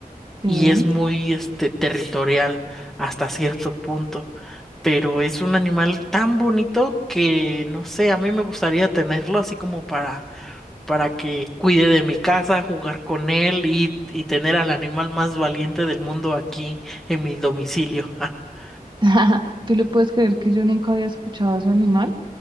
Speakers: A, on the right; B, in the centre.
A: sí.
B: y es muy este territorial hasta cierto punto, pero es un animal tan bonito que no sé, a mí me gustaría tenerlo así como para para que cuide de mi casa, jugar con él y, y tener al animal más valiente del mundo aquí en mi domicilio. <laughs>
A: <laughs> ¿Tú le puedes creer que yo nunca había escuchado ese animal?